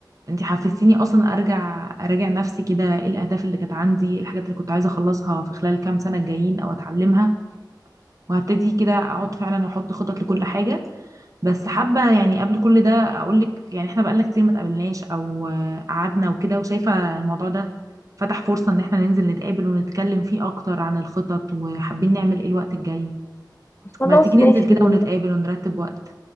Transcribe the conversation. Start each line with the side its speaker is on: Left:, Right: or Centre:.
Right: انت حفزتيني اصلا ارجع اراجع نفسي كده ايه الاهداف اللي كانت عندي الحاجات اللي كنت عايزة اخلصها في خلال كام سنة الجايين او اتعلمها وهبتدي كده اقعد فعلا واحط خطط لكل حاجه بس حابه يعني قبل كل ده اقول لك يعني احنا بقالنا كتير ما اتقابلناش او آه، قعدنا وكده وشايفه الموضوع ده فتح فرصه ان احنا ننزل نتقابل ونتكلم فيه اكتر عن الخطط وحابين نعمل ايه الوقت الجاي
Left: خلاص
Right: ما تيجي ننزل
Left: ماشي
Right: كده
Left: والله
Right: ونتقابل ونرتب وقت